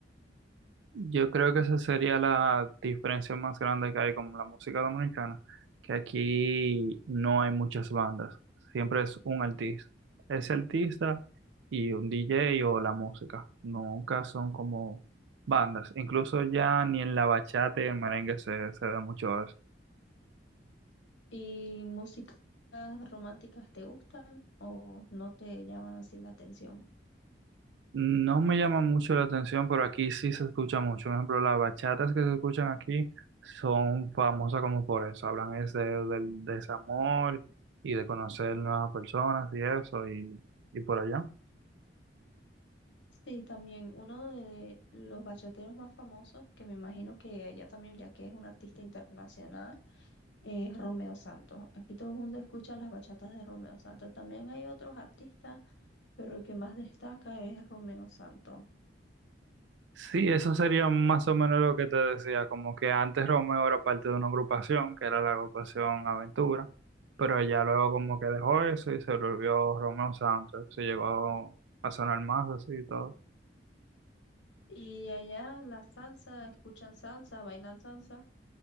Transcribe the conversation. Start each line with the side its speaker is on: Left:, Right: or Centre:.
Right: Yo creo que esa sería la diferencia más grande que hay con la música dominicana, que aquí no hay muchas bandas, siempre es un artista, ese artista y un DJ o la música, nunca son como bandas, incluso ya ni en la bachata y el merengue se, se da mucho
Left: ¿Y músicas románticas te gustan o no te llaman así la atención?
Right: No me llama mucho la atención, pero aquí sí se escucha mucho. Por ejemplo, las bachatas que se escuchan aquí son famosas como por eso. Hablan es de, del desamor y de conocer nuevas personas y eso y, y por allá.
Left: Sí, también uno de los bachateros más famosos, que me imagino que allá también, ya que es un artista internacional, es Romeo Santos. Aquí todo el mundo escucha las bachatas de Romeo Santos. También hay otros artistas, pero el que más destaca es Romeo Santos.
Right: Sí, eso sería más o menos lo que te decía, como que antes Romeo era parte de una agrupación, que era la agrupación Aventura, pero ella luego como que dejó eso y se volvió Romeo Santos, se llegó a sonar más así y todo.
Left: Y allá la salsa, escuchan salsa, bailan salsa.